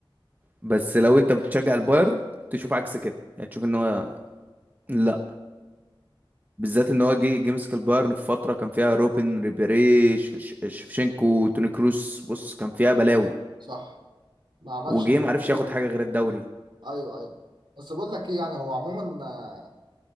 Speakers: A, on the right (about 20°); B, on the right (about 60°).
A: بس لو انت بتشجع البايرن تشوف عكس كده يعني تشوف ان هو لا بالذات ان هو جه جه مسك البايرن في فتره كان فيها روبن ريبيري شف- شفشنكو
B: آه،
A: توني كروس بص كان فيها بلاوي
B: صح ما عملش
A: وجه
B: اللي
A: معرفش
B: مطلوب.
A: ياخد حاجه غير الدوري
B: ايوه ايوه بس بقول لك ايه يعني هو عموما آه،